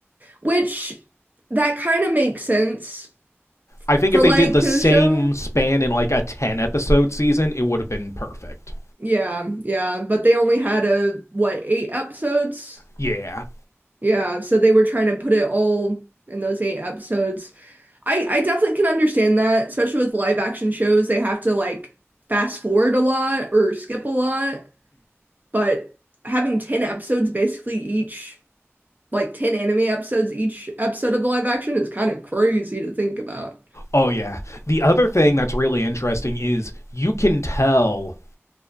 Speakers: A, on the right; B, on the left.
A: Which that kind of makes sense
B: I think
A: for
B: if they
A: like
B: did the same
A: a show.
B: span in like a 10 episode season, it would have been perfect.
A: Yeah, yeah, but they only had a what, eight episodes?
B: Yeah.
A: Yeah, so they were trying to put it all in those eight episodes. I I definitely can understand that, especially with live action shows, they have to like fast forward a lot or skip a lot, but having 10 episodes basically each like 10 anime episodes each episode of live action is kind of crazy to think about.
B: Oh, yeah. The other thing that's really interesting is you can tell